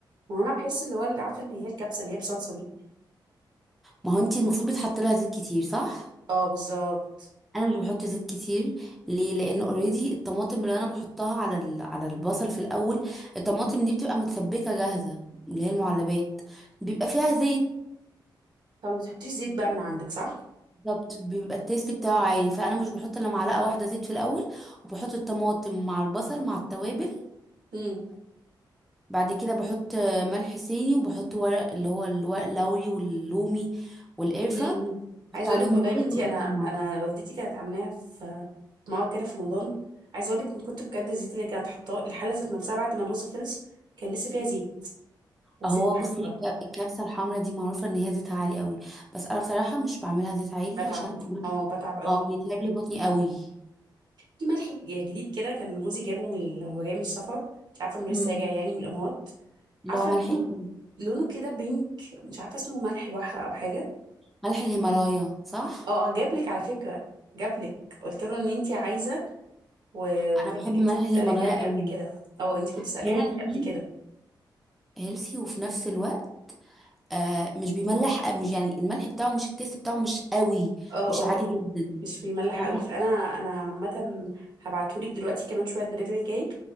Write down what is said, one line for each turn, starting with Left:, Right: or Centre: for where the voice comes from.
Right: ما هو انا بحس اللي هو اللي عارفه اللي هي الكبسه اللي هي بصلصه دي
Centre: ما هو انتي المفروض بتحط لها زيت كتير صح
Right: اه بالظبط
Centre: انا مش بحط زيت كتير ليه لان اوريدي الطماطم اللي انا بحطها على ال... على البصل في الاول الطماطم دي بتبقى متسبكه جاهزه اللي هي المعلبات بيبقى فيها زيت
Right: طب ما بتحطيش زيت بقى من عندك صح؟
Centre: بالظبط بيبقى التيست بتاعه عالي فانا مش بحط الا معلقه واحده زيت في الاول وبحط الطماطم مع البصل مع التوابل
Right: مم.
Centre: بعد كده بحط ملح صيني وبحط ورق اللي هو الورق اللوري واللومي والقرفة
Right: م- م.
Centre: بحط
Right: عايزه
Centre: عليهم
Right: اقول لك والله
Centre: الرز
Right: يا بنتي
Centre: ورز
Right: انا
Centre: المية
Right: انا والدتي كانت عاملاها في في ماما كده في رمضان عايزه اقول لك من كنت بجد الزيت اللي كانت حطاه الحله ذات نفسها بعد ما الرز خلص كان لسه فيها زيت وزيت
Centre: اهو
Right: حبه
Centre: بصي الك- الكبسة الحمرا دي معروفة ان هي زيتها عالي قوي بس انا بصراحة مش بعملها زيت عالي
Right: بتعب
Centre: عشان
Right: اه بتعب قوي
Centre: اه
Right: منه.
Centre: بيتعب لي بطني قوي
Right: في ملح جديد كده كان جوزي جابه من هو جاي من السفر انت عارفه انه
Centre: مم.
Right: لسه راجع يعني من الامارات
Centre: اللي
Right: عارفه
Centre: هو ملح
Right: لونه
Centre: ايه تاني؟
Right: لونه كده بينك مش عارفه اسمه ملح بحر او حاجه
Centre: ملح الهيمالايا صح
Right: اه اه جابلك على فكره جابلك قلت له ان انت عايزه و- وجاب
Centre: انا بحب
Right: لك
Centre: ملح
Right: انت كنت
Centre: الهيمالايا
Right: سألاني عليه
Centre: قوي
Right: قبل كده اه انت كنت سألاني
Centre: هيلثي
Right: عليه قبل كده
Centre: هيلثي وفي نفس الوقت آه مش بيملح آه مش يعني الملح بتاعه مش التيست بتاعه مش قوي
Right: اه
Centre: مش
Right: اه
Centre: عادي
Right: اه
Centre: جدا
Right: مش بيملح
Centre: فاهمة؟
Right: قوي فانا انا عامة هبعتهولك دلوقتي كمان شوية الدليفري جاي